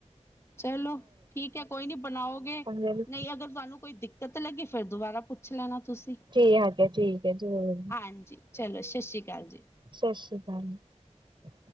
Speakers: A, on the left; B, on the right.
A: ਚਲੋ ਠੀਕ ਹੈ ਕੋਈ ਨੀ, ਬਣਾਓਗੇ
B: ਪੰਜ
A: ਨਹੀਂ ਅਗਰ ਤੁਹਾਨੂੰ ਕੋਈ ਦਿੱਕਤ ਲੱਗੀ ਫੇਰ ਦੁਬਾਰਾ ਪੁੱਛ ਲੈਣਾ। ਤੁਸੀਂ
B: ਠੀ ਆ ਠੀਕ ਹੈ ਜ਼ਰੂਰ
A: ਹਾਂਜੀ ਚਲੋ ਸਤਿ ਸ਼੍ਰੀ ਅਕਾਲ ਜੀ
B: ਸਤਿ ਸ੍ਰੀ ਅਕਾਲ, ਹਾਂ,